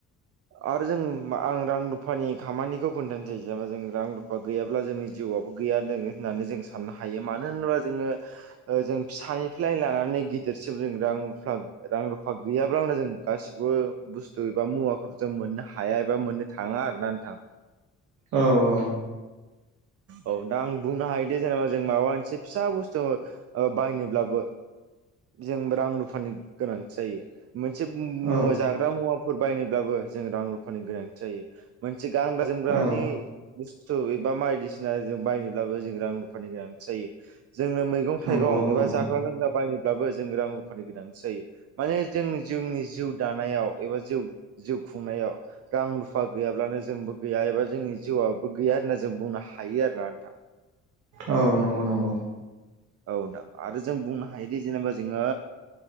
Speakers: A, on the right; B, on the right.
A: आरो जों आं रां रुफानि खामानिखौ खोन्थानोसै जेनेबा जों रां रुफा गैयाब्ला जोंनि जिउ जेबो गैया होननानै जों साननो हायो मानो होनोबा जोंङो जों फिसानिफ्राय लानानै गिदिरसिबो जों रां रुफा रां रुफा गैयाब्ला जों गासिखौबो बुस्थु एबा मुवाफोर जों मोननो हाया एबा मोननो थाङा आरो ना नोंथां।
B: औ औ।
A: औ दा आं बुंनो हायोदि जेनेबा जों माबा मोनसे फिसा बुस्थु ओ बायनोब्लाबो जों रां रुफानि गोनांथि जायो मोनसे मु-मु-मुवा
B: औ
A: जाग्रा मुवाफोर बायनोब्लाबो जों रां रुफानि गोनांथि जायो मोनसे गानग्रा जोमग्रानि
B: औ
A: बुस्थु एबा बायदिसिना बायनोब्लाबो जों रां रुफानि गोनांथि जायो जोंनो मैगं
B: नंगौ
A: थाइगं
B: औ
A: एबा जाग्रा लोंग्रा बायनोब्लाबो जों रां रुफानि गोनांथि जायो माने जों जोंनि जिउ दानायाव एबा जिउ जिउ खुंनायाव रां रुफा गैयाब्लानो जोंबो गैया एबा जोंनि जिउआबो गैया होनना जों बुंनो हायो। आरोना नोंथां।
B: औ नंगौ नंगौ।
A: औ नोंथां आरो जों बुंनो हायोदि जेनेबा जोंङो